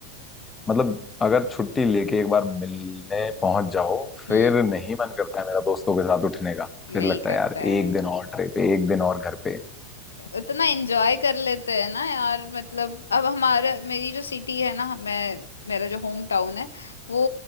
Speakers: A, on the left (about 15°); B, on the left (about 70°).
A: मतलब अगर छुट्टी लेके एक बार मिलने पहुंच जाओ फिर
B: हम्म
A: नहीं मन करता है मेरा दोस्तों के साथ उठने का फिर
B: नहीं
A: लगता
B: करता
A: है यार
B: है
A: एक दिन और ट्रिप पे एक दिन और घर पे
B: उतना एंजॉय कर लेते हैं ना यार मतलब अब हमारा मेरी जो सिटी है ना मैं मेरा जो होम टाउन है वो